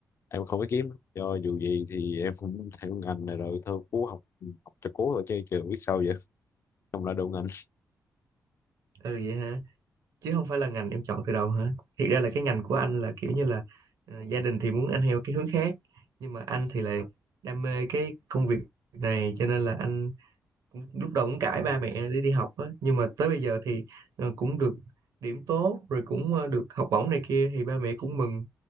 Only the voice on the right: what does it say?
ừ vậy hả? chứ không phải là ngành em chọn từ đầu hả? Thiệt ra là cái ngành của anh là kiểu như là ờ, gia đình thì muốn anh theo cái hướng khác nhưng mà anh thì lại đam mê cái công việc này cho nên là anh cũng, lúc đầu cũng cãi ba mẹ để đi học á nhưng mà tới bây giờ thì ờ, cũng được điểm tốt rồi cũng ờ, được học bổng này kia thì ba mẹ cũng mừng